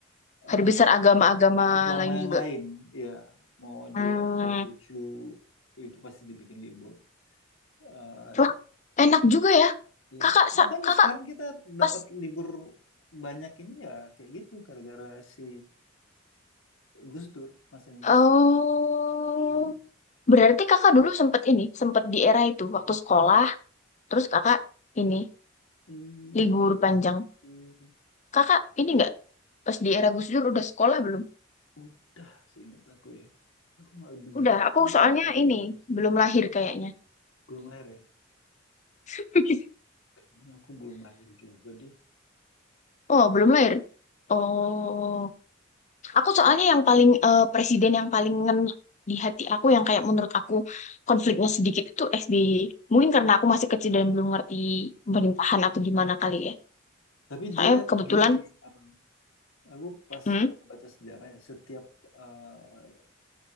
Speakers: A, on the left (about 80°); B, on the left (about 35°).
A: eh,
B: hari besar agama-agama
A: agama
B: lain
A: yang
B: juga
A: lain, ya mau
B: hmm
A: dia Konghucu itu pasti dibikin libur. Eh,
B: wah
A: te-
B: enak juga ya
A: ya.
B: kakak sa-
A: Makanya
B: kakak
A: sekarang kita
B: pas
A: dapat libur banyak ini ya kayak gitu gara-gara si Gus Dur, masanya
B: oh
A: Gus. Dur. Hmm.
B: berarti kakak dulu sempat ini sempat di era itu waktu sekolah Terus kakak ini
A: Hmm,
B: libur panjang.
A: Hmm,
B: Kakak ini nggak pas di era Gus Dur udah sekolah belum?
A: Udah seingat aku ya. Tapi Aku nggak begitu
B: Udah, aku
A: ingat
B: soalnya
A: kejadian
B: ini
A: booster
B: belum
A: ya.
B: lahir kayaknya.
A: Belum lahir ya?
B: <laughs>
A: Kayaknya aku belum lahir juga deh.
B: Oh, belum lahir. Oh, aku soalnya yang paling eh, presiden yang paling ngena di hati aku yang kayak menurut aku konfliknya sedikit itu SBY. Mungkin karena aku masih kecil dan belum ngerti pemerintahan atau
A: Genetik
B: gimana
A: ya.
B: kali ya.
A: Tapi
B: Soalnya
A: dia
B: kebetulan,
A: gini, Amang. Aku pas
B: hmm,
A: baca-baca sejarah ya, setiap eh,